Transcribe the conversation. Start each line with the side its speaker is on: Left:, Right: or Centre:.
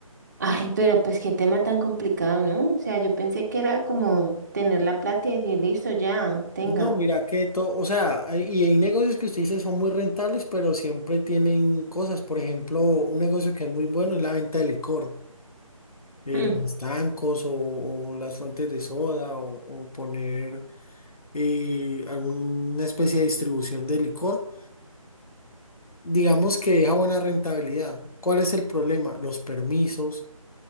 Right: Ay, pero pues qué tema tan complicado, ¿no? O sea, yo pensé que era como tener la plata y decir, listo, ya, tenga.
Left: No, mira que todo, o sea, hay- y hay negocios que usted dice son muy rentables, pero siempre tienen cosas. Por ejemplo, un negocio que es muy bueno es la venta de licor, eh,
Right: Mm,
Left: los estancos o, o las fuentes de soda o, o poner eh, alguna especie de distribución de licor. Digamos que deja buena rentabilidad. ¿Cuál es el problema? Los permisos.